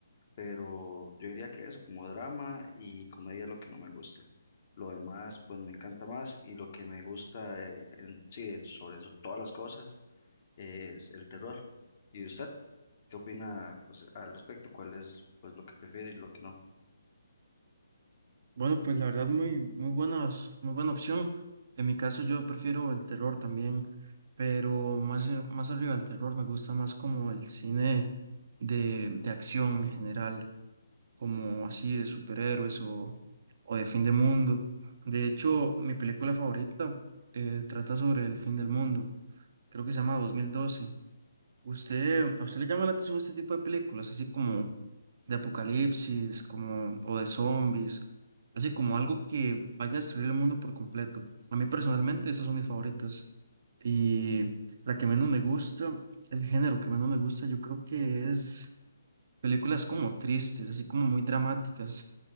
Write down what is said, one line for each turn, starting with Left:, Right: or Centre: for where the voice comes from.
Left: pero yo diría que eso, como drama y comedia es lo que no me gusta. Lo demás pues me encanta más y lo que me gusta eh, en sí, sobre todas las cosas es el terror. ¿Y usted qué opina, o sea, al respecto? ¿Cuál es pues lo que prefiere y lo que no?
Right: Bueno, pues la verdad muy, muy buenas, muy buena opción. En mi caso yo prefiero el terror también, pero más, a- más arriba del terror me gusta más como el cine de, de acción en general, como así de superhéroes o, o de fin de mundo. De hecho, mi película favorita eh, trata sobre el fin del mundo, creo que se llama 2012. ¿Usted, a usted le llama la atención este tipo de películas, así como de apocalipsis, como, o de zombies, así como algo que vaya a destruir el mundo por completo. A mí personalmente esas son mis favoritas. Y la que menos me gusta, el género que menos me gusta, yo creo que es películas como tristes, así como muy dramáticas.